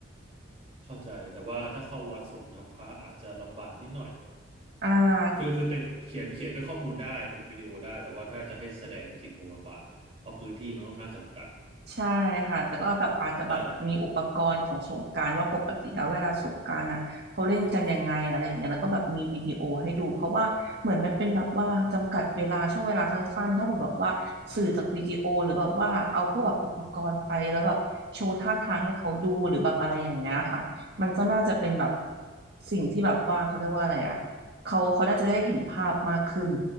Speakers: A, on the right; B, on the right.
A: เข้าใจแต่ว่าถ้าเข้าวัดส่งน้ำพระอาจจะลำบากนิดหน่อย
B: อ่า
A: คือคือเป็นเขียนเขียนเป็นข้อมูลได้ทำเป็นวิดีโอได้แต่ว่าถ้าจะให้แสดงจริงๆคงลำบากเพราะพื้นที่มันค่อนข้างจำกัด
B: ใช่ค่ะแต่ก็แบบอาจจะแบบมีอุปกรณ์ของสงกรานต์ว่าปกติแล้วเวลาสงกรานต์อ่ะเขาเล่นกันยังไงอะไรอย่างเงี้ยแล้วก็แบบมีวิดีโอให้ดูเพราะว่าเหมือนมันเป็นแบบว่าจำกัดเวลาช่วงเวลาสั้นๆถ้าแบบแบบว่าสื่อจากวิดีโอหรือแบบว่าเอาพวกแบบอุปกรณ์ไปแล้วแบบโชว์ท่าทางให้เขาดูหรือแบบอะไรอย่างเงี้ยค่ะมันก็น่าจะเป็นแบบ
A: ใช่
B: สิ่งที่แบบว่าเขาเรียกว่าอะไรอ่ะเขาเขาน่าจะได้เห็นภาพมากขึ้น